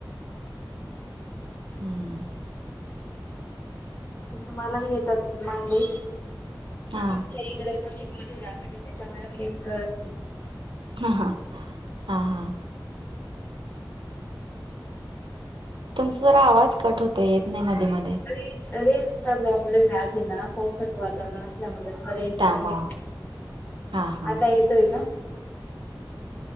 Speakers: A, on the right; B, on the left.
A: ह ह,
B: तस मलाही येतात मांडे, पण
A: हां
B: आमच्या इकडेऽ मध्ये जागा नाही, त्याच्यामुळे कळत नाहीऽ
A: हां हां हां, हां, तुमचा जरा आवाज कट होतय,, येत नाही मध्ये मध्ये.
B: र रीलल्सचा प्रॉब्लेम आज, आहे ना पावसाचं वातावरण असल्यामुळे. अ रेंज
A: त्यामुळं
B: करणे,
A: हां हां
B: आता येतोय का?